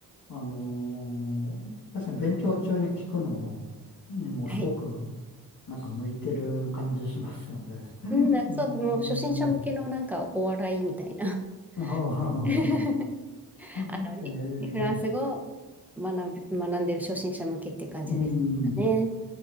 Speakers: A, on the left (about 55°); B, in the centre.
A: あの、確かに勉強中に聞くのも、にもすごく、
B: はい。
A: なんか向いてる感じしますよね。<laughs>
B: うん、あそうでもう初心者向けのなんかお笑いみたいな。
A: うん。ああ
B: <laughs>
A: あえー、
B: あの、にフランス語を学び、学んでる初心者向けっていう感じですかね。
A: うん。